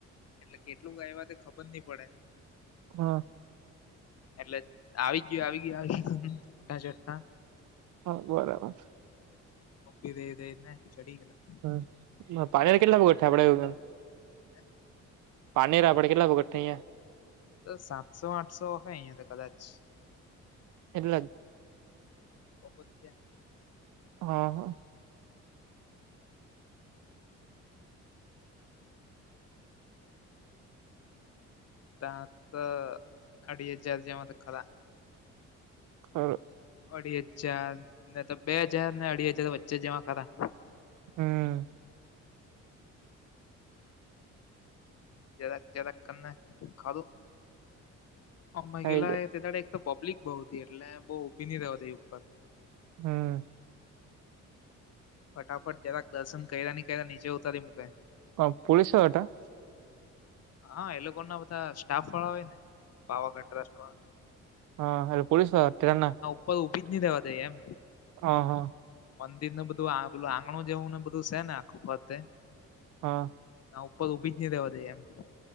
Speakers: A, on the left (about 55°); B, on the right (about 80°).
A: એટલે કેટલુંક આવયા એ ખબર ની પડે.
B: હા.
A: એટલે આવી ગયું આવી ગયું આવી <unintelligible>
B: હા બરાબર
A: <unintelligible> ચડી ગેલા
B: હ પાણી ને કેટલા <unintelligible>
A: <inaudible>
B: પારનેરા પર કેટલા વખત થયાં
A: તો સાતસો આઠસો હ અહિયાંયા તો કદાચ
B: એટલા જ
A: <unintelligible>
B: હા હા
A: તા તો અઢી હજાર જેવાતો ખરા.
B: હમ્મ
A: અઢી હજાર ને તો બે હજાર ને અઢી હજાર વચ્ચે જેવા ખરા.
B: હમ્મ
A: જરાક જરાક કરને ખાધું અ મહિલા
B: થઈ જાય
A: એ તેદાડે તો પબ્લિક બો હુતી એટલે બો ઉભિ નિ રેવા દેય ઉપર
B: હમ્મ
A: ફટાફટ જરાક દર્શન કયરા ની કયરા નીચે ઉતારી મૂકે.
B: કોણ પોલીસો હતા?
A: હા એ લોકો ના બધા સ્ટાફ વાળા હોય ને પાવાગઢ ટ્રસ્ટ વાળા.
B: હા હ પોલીસ અત્યારના
A: કોઈ ઊભી જ ની રેવા દેય એમ.
B: હ હ
A: મંદિર ને બધું આ પેલું આંગણું જેવું ને બધું સે. ને આખું ફરતે
B: હા
A: ના ઉપર ઊભી જ ની રેવા દેય એમ